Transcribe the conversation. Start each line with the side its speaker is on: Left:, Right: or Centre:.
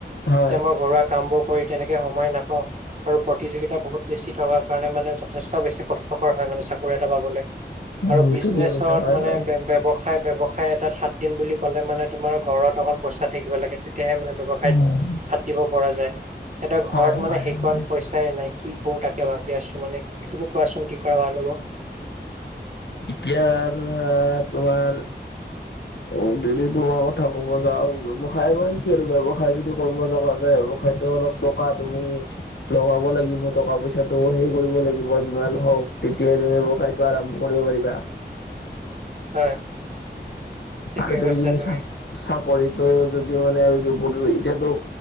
Left: হয়।
Right: এতিয়া মই ঘৰুৱা কামবোৰ কৰি তেনেকে সময় নাপাওঁ আৰু প্ৰতিযোগিতা বহুত বেছি থকা কাৰণে মানে যথেষ্ট বেছি কষ্টকৰ হয় মানে চাকৰি এটা পাবলে
Left: উম
Right: আৰু বিজনেচত
Left: ঠিকে কৈছা হয়
Right: মানে
Left: হয়
Right: ব্যৱসায় ব্যৱসায় তাত হাত দিম বুলি ক'লে মানে তোমাৰ ঘৰত অকল পইচা থাকিব লাগে তেতিয়াহে মানে ব্যৱসাইত
Left: উম
Right: হাত দিব পৰা যায় এতিয়া
Left: হয়
Right: ঘৰত মানে
Left: হয়
Right: সেইকন
Left: হয়।
Right: পইচ চাই নাই কি কৰো তাকে ভাবি আছো মানে তুমি কোৱাচোন কি কৰা ভাল হ'ব
Left: এতিয়াটো ধৰা তোমাৰ উম যদি তোমাৰ কথা ক'ব যাওঁ ব্যৱসায় মানে কি আৰু ব্যৱসায় যদি কৰিব যাব যায় ব্যৱসায়টো অলপ টকা তুমি লগাব লাগিব টকা পইচাটো হেই কৰিব লাগিব যিমান হওক তেতিয়া তুমি ব্যৱসায়টো আৰম্ভ কৰিব পাৰিবা
Right: হয় ঠিকে
Left: আৰু যদি
Right: কৈছা তুমি।
Left: চাক চাকৰিতো যদি মানে আৰু কি এতিয়াতো